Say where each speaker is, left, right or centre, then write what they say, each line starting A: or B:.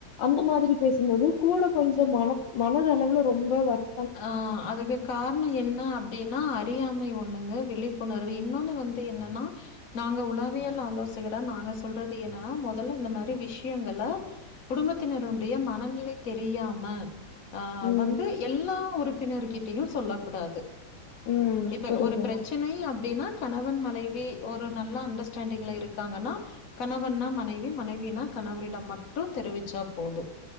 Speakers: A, on the left; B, on the left.
A: அந்த மாதிரி பேசும்போது கூட கொஞ்சம் மன மனதளவுல ரொம்ப வருத்
B: ஆ அதுக்கு கார்ணோ என்ன அப்டின்னா அறியாமை ஒண்ணுங்க விழிப்புணர் வு இன்னொன்னு வந்து என்னன்னா நாங்க உளவியல் ஆலோசகரா நாங்க சொல்றது என்னானா மொதல்ல இந்த மாரி விஷ்யங்கல குடும்பத்தினருடைய மனநிலை தெரியாம ஆ
A: ம்
B: வந்து எல் உறுப்பினர்கிட்டயு சொல்ல கூடாது
A: ம்
B: இப்ப
A: புரியுது
B: ஒரு பிரச்சினை
A: மேம்
B: அப்டின்னா கணவன் மனைவி ஒரு நல்ல அண்டர்ஸ்டாண்டிங்ல இருக்காங்கன்னா கணவன்னா மனைவி மனைவினா கணவரிடம் மட் டு தெரிவிச்சா போது